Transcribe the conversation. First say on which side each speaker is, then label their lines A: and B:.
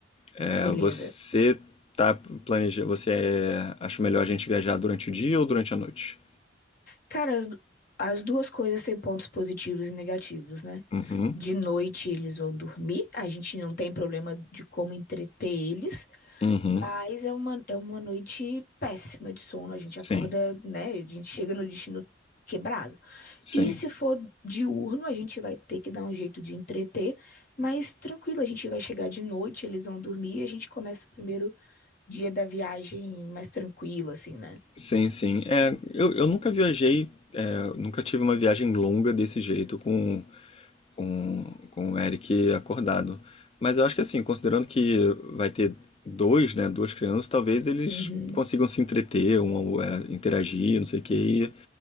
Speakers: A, on the left (about 30°); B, on the left (about 50°).
A: É,
B: beleza.
A: você tá planejando, você é, acha melhor a gente viajar durante o dia ou durante a noite?
B: Cara, as, as duas coisas têm pontos positivos e negativos, né?
A: Uhum,
B: De noite eles vão dormir, a gente não tem problema de como entreter eles,
A: uhum,
B: mas é uma, é uma noite péssima de sono, a gente
A: sim,
B: acorda, né? A gente chega no destino quebrado.
A: sim.
B: E se for diurno, a gente vai ter que dar um jeito de entreter, mas tranquilo, a gente vai chegar de noite, eles vão dormir e a gente começa o primeiro dia da viagem mais tranquilo, assim, né?
A: Sim, sim. É, eu, eu nunca viajei, é, nunca tive uma viagem longa desse jeito com, com, com o Eric acordado. Mas eu acho que assim, considerando que vai ter dois, né, duas crianças, talvez eles
B: Uhum.
A: consigam se entreter, um, ao- é, interagir, não sei o quê,